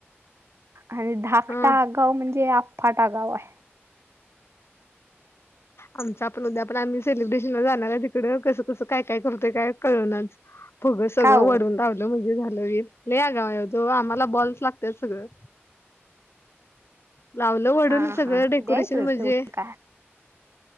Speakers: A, on the right (about 70°); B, on the left (about 65°).
A: आणि धाकटा
B: हा
A: आगाव म्हणजे अप्फाट गाव आहे
B: आमच आपण उद्या आपण आम्ही सेलिब्रेशनला जाणार तिकडं. कसं कसं, काय काय करतोय काय कळनाच. फगं सगळ
A: का ओ
B: वरून धवलं म्हजे झालं ल लई आगाव आहे ओ तो आम्हाला बॉल्स लागत सगळं लावलो वडून
A: हा
B: सगळं
A: हा
B: डेकोरेशन
A: द्यायचं
B: म्हणजे
A: तेवढं काय